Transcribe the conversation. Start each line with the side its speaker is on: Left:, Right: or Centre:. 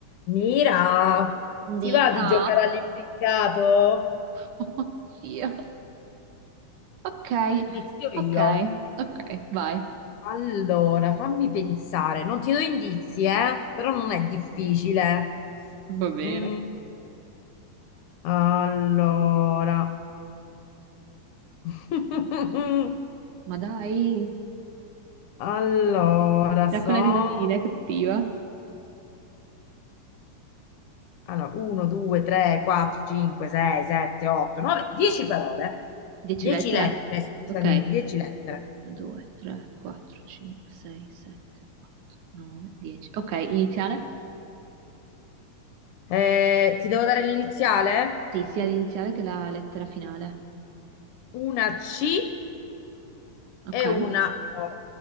Left: Mira, ti
Right: Dica.
Left: va di giocare all'impiccato?
Right: <laughs> Oddio. Ok,
Left: Inizio io.
Right: ok, ok, vai.
Left: Allora, fammi pensare, non ti do indizi, eh? Però non è difficile.
Right: Va bene.
Left: Mm, allora, <laughs>
Right: Ma dai,
Left: allora, so...
Right: da quella risatina è cattiva.
Left: Allora, 1, 2, 3, 4, 5, 6, 7, 8, 9, 10 parole.
Right: Dieci
Left: 10
Right: lettere?
Left: lettere, scusami,
Right: Ok.
Left: 10 lettere.
Right: 2, 3, 4, 5, 6, 7, 8, 9, 10. Ok, iniziale?
Left: Eh, ti devo dare l'iniziale?
Right: Sì, sia l'iniziale che la lettera finale.
Left: Una C
Right: Ok.
Left: e una O.